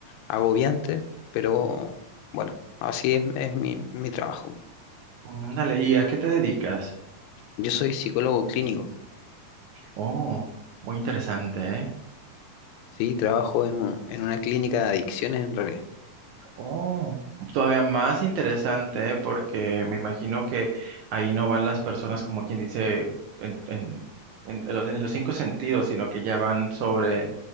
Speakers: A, on the left (about 85°); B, on the right (about 75°).
A: agobiante, pero bueno, así es, es mi, mi trabajo.
B: Mm, Dale, ¿y a qué te dedicas?
A: Yo soy psicólogo clínico,
B: Oh, muy interesante, ¿eh?
A: sí, trabajo en un- en una clínica de adicciones en realidad.
B: Oh, todavía más interesante, ¿eh? porque me imagino que ahí no van las personas como quien dice en, en, en los, en los cinco sentidos, sino que ya van sobre